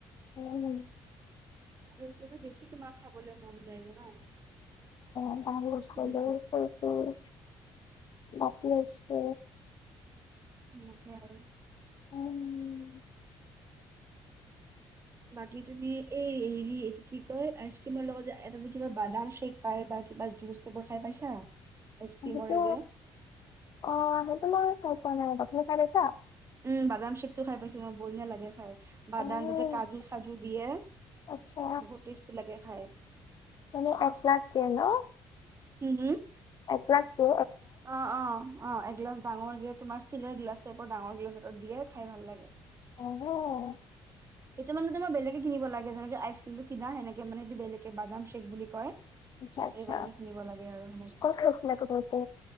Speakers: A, on the left; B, on the right.
A: উম।
B: আৰু এতিয়াটো বেছি তোমাৰ খাবলৈ মন যায় জানা।
A: <unintelligible>
B: উম
A: মাতি আছে।
B: উম, সেয়া আৰু।
A: উম।
B: বাকী তুমি এই হেৰি এইটো কি কয় আইচক্ৰীমৰ লগত যে এটা যে কিবা বাদাম শেক পাই বা কিবা জুচ এইবোৰ খাই পাইছা? আইচক্ৰীমৰে
A: অ', সেইটো
B: যে
A: অ', সেইটো বাৰু খাই পোৱা নাই বাকীবোৰ খাই পাইছা?
B: উম, বাদাম শ্বেকটো খাই পাইছো মই, বঢ়িয়া লাগে খাই। বাদাম
A: উম
B: তাতে কাজু-চাজু দিয়ে,
A: আচ্ছা
B: বহুত টেষ্টি লাগে খাই।
A: মানে অ', ক্লাছ দিয়ে ন'?
B: হুম হুম?
A: এ ক্লাছটো
B: অঁ অঁ অঁ এগিলাছ ডাঙৰ যে তোমাৰ ষ্টীলৰ গিলাচ টাইপৰ ডাঙৰ গিলাছ এতাত দিয়ে খাই ভাল লাগে।
A: অ
B: সেইটো মানে তোমাৰ বেলেগে কিনিব লাগে যেনেক আইচ ক্ৰীমটো কিনা সেনেকে মানে এইটো বেলেগে বাদাম চেক বুলি কয়।
A: আচ্ছা আচ্ছা
B: এইবিলাকে কিনিব লাগে আৰু সেনেকে।
A: কত গৈছিলে এইটো খাওঁতে?